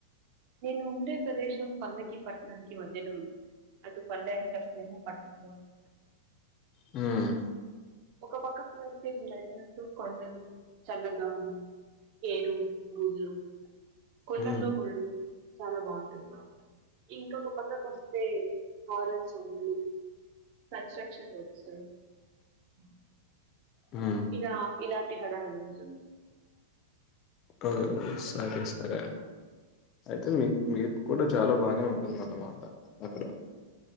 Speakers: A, on the right (about 45°); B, on the left (about 35°).
A: నేను ఉండే ప్రదేశం పల్లె, పట్టణానికి మధ్యలో ఉంటున్నాను. అటు పల్లె అని చెప్పలేను, పట్టణము అని చెప్పలేను.
B: హుమ్
A: ఒక పక్కకు అయితే మీరు అడిగినట్టు కొండలు చల్లగాలి ఏరు గుడ్ళు కొండల్లో
B: హ్మ్
A: గుళ్ళు చాలా బాగుంటుంది మా ఇంకొక పక్కకు వస్ స్తే హారన్ సౌండ్లు కన్స్ట్రక్షన్ వర్క్స్ హుం
B: హ్మ్
A: ఇగా ఇలాన్ తినడాల్ తింటున్
B: ఆ సరే సరే అయితే మీ మీకు కూడా చాలా బానే ఉంటుంది అన్నమాట అక్కడ.